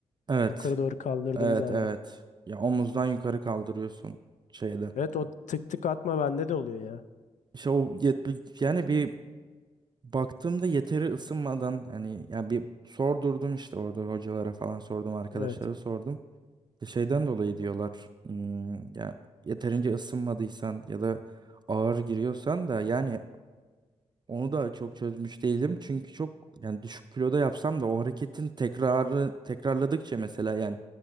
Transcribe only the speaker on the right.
evet
evet
evet ya omuzdan yukarı kaldırıyorsun şeyde.
İşte o yet- yani bir baktığımda yeteri ısınmadan hani yani bir sordurdum işte orada hocalara falan sordum arkadaşlara
sordum. Şeyden dolayı diyorlar. hmm, ya yeterince ısınmadıysan ya da ağır giriyorsan da yani onu da çok çözmüş değilim. Çünkü çok yani düşük kiloda yapsam da o hareketin tekrarı tekrarladıkça mesela yani